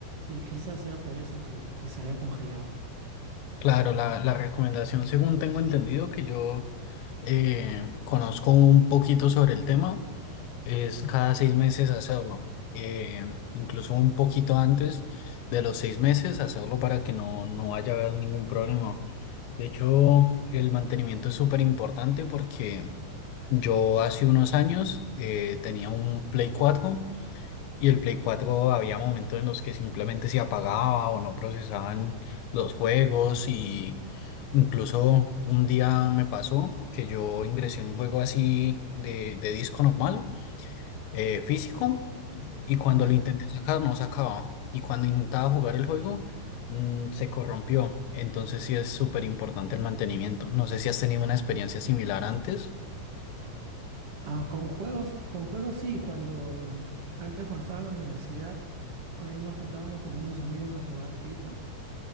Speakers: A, on the right; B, on the left.
A: Y quizás sea por eso que, que se haya congelado.
B: Claro, la, la recomendación, según tengo entendido, que yo eh, conozco un poquito sobre el tema. es cada seis meses hacerlo, eh, incluso un poquito antes de los seis meses hacerlo para que no, no vaya a haber ningún problema. De hecho, el mantenimiento es súper importante porque yo hace unos años eh, tenía un Play cuatro y el Play cuatro había momentos en los que simplemente se apagaba o no procesaban los juegos y... Incluso un día me pasó que yo ingresé un juego así de, de disco normal eh, físico y cuando
A: Ya.
B: lo intenté sacar no sacaba. Y cuando intentaba jugar el juego mm, se corrompió. Entonces sí es súper importante el mantenimiento. No sé si has tenido una experiencia similar antes.
A: Ah, con juegos, con juegos sí, cuando antes cuando estaba en la universidad, ahí nos juntábamos con unos amigos a jugar FIFA